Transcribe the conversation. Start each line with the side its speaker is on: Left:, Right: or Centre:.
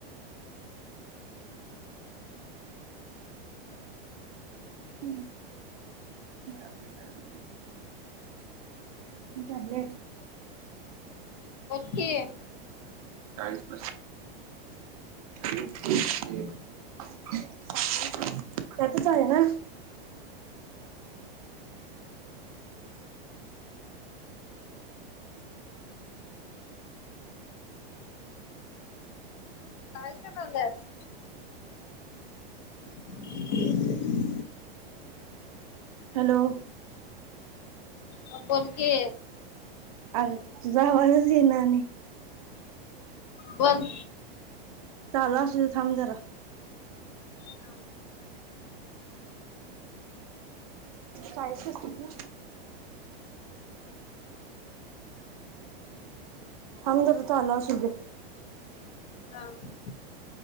Right: ह आपले काय ज टॅबलेट
Left: क
Right: चाळीस प एक <unintelligible> त्यातच आहे ना?
Left: काय करायलास? <unintelligible>
Right: हॅलो
Left: हा बोल की
Right: अग तुझा आवाजच घे ना आणि
Left: बोल
Right: चाला सुध थांब जरा
Left: हा
Right: कायचती ना हमदर चालला असू दे
Left: नाही